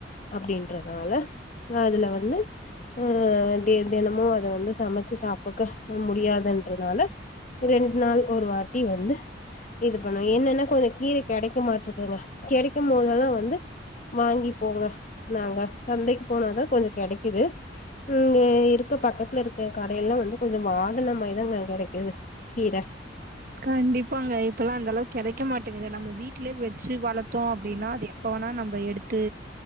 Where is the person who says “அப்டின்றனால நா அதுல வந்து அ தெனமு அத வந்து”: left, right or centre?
Left